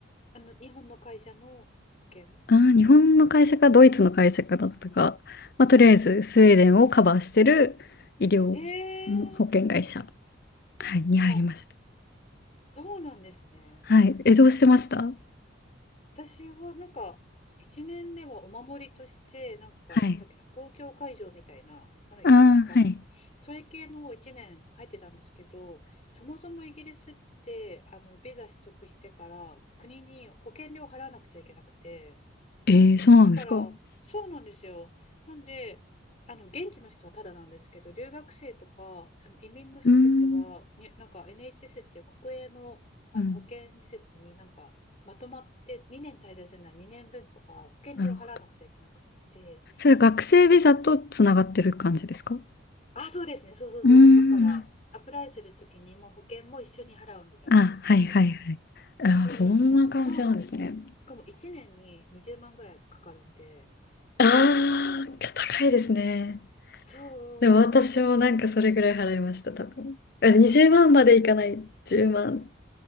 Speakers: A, on the left (about 35°); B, on the left (about 50°).
A: あの、日本の会社の保険
B: あー、日本の会社かドイツの会社かだったか、まあ、とりあえずスウェーデンをカバーしてる医療うん保険会社、
A: ええ
B: はい、に入りました。
A: あ、そうなんですね。
B: はい、え、どうしてました
A: 私はなんか1年目はお守りとしてなんかなんだっけな東京会場みたいな、
B: はい。
A: なんか、
B: ああ、
A: なんか
B: はい。
A: それ系の1年入ってたんですけどそもそもイギリスってあのビザ取得してから国に保険料払わなくちゃいけなくて。
B: えー、そうなんですか。
A: から、
B: う
A: そうなんですよ。なんで、あの現地の人はただなんですけど、留学生とかあの移民の人たちは、
B: ーん、
A: になんか NHS っていう国営の、あの保健施設になんかまとまって2年滞在するなら2年分とか保険料払わなくちゃいけなくって、
B: うん、なるほど。それ学生ビザとつながってる感じですかう
A: そうあ、そうですね、そうそうそうそう、
B: ーん、
A: だからアプライするときにもう保険も一緒に払うみたいな感じで、
B: なあ、はいはいはい。あー、
A: そう、
B: そんな感じなんですね。
A: だからそうなんですよ。しかも1年に20万ぐらいかかるんで、
B: ああ、高いですね。
A: そうなんです。
B: でも私もなんかそれぐらい払いました、多分。え20万まんまでいかない、10万